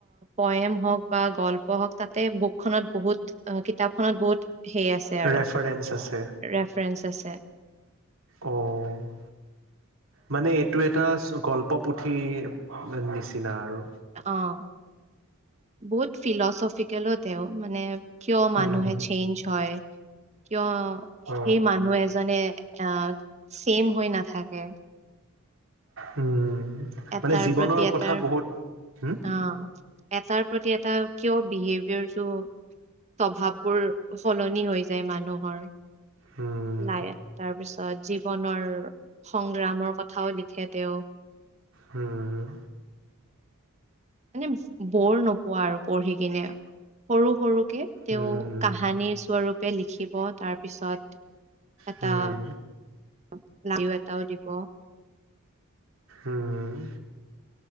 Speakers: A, on the right; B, on the right.
A: পয়েম হওকূ বা গল্প হওঁক তাতে বুক খনত বহুত কিতাপ খনত বহুত এই আছে
B: ৰেফাৰেঞ্চ
A: আৰু
B: আছে
A: ৰেফাৰেন্স আছে।
B: অ' মানে এইটো এটা গল্প। পুঠি নিচিনা আৰু
A: অ' বহুত ফিলচফিকেলো তেওঁ মানে কিয় মানুহে
B: উম
A: চেঞ্জ হয়। কিয়
B: অ
A: সেই মানুহ এজনে আহ ছেম হৈ নাথাকে।
B: উম।
A: এটাৰ
B: মানে জীৱনৰ
A: প্ৰতি এটাৰ
B: কথা বহুত হম
A: অ' এটাৰ প্ৰতি এটা কিয়। বিহেভিয়ৰ টো স্বভাৱ বোৰ সলনি হৈ যায় মানুহৰ।
B: হম
A: লাই আহ তাৰপিছত জীৱনৰ সংগ্ৰামৰ কথাও লিখে তেওঁ।
B: উম।
A: মানে বৰ নোপোৱা আৰু পঢ়ি কিনে সৰু সৰু। তেওঁ
B: উম
A: কাহানীৰ স্বৰূপে লিখিব তাৰ পিছত এটা
B: হম
A: <unintelligible> এটাও দিব।
B: উম।